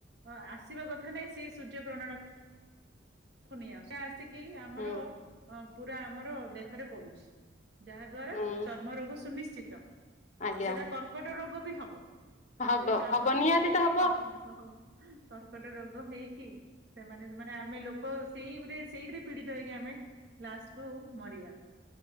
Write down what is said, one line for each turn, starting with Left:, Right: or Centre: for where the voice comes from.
Right: ଅ ଆସିବା କ କଥା ନାଇଁ ସେଇ ସୂର୍ଯ୍ୟକିରଣ କୁ ନିଆ ଆସିକି ଆମର
Left: ହୁଁ
Right: ଅ ପୁରା ଆମର ଦେହରେ ପଡୁଛି। ଯାହା ଦ୍ଵାରା
Left: ହୁଁ
Right: ଚର୍ମ ରୋଗ ସୁନିଶ୍ଚିତ,
Left: ଆଜ୍ଞା
Right: ଆଉ ସେଇଟା କର୍କଟ ରୋଗ ବି ହବ।
Left: ହବ
Right: ସେ ଚର୍ମ
Left: ହବ
Right: ରୋଗ
Left: ନିହାତି
Right: ହେଇ
Left: ତ
Right: ହେଇ
Left: ହବ
Right: କର୍କଟ ହବ୍। କର୍କଟ ରୋଗ ହେଇକି, ସେମାନେ ମାନେ ଆମେ ଲୋକ ଲୋକ ସେଇରେ ସେଇରେ ପୀଡିତ ହେଇକି ଆମେ ଲାଷ୍ଟ କୁ ମରିବା।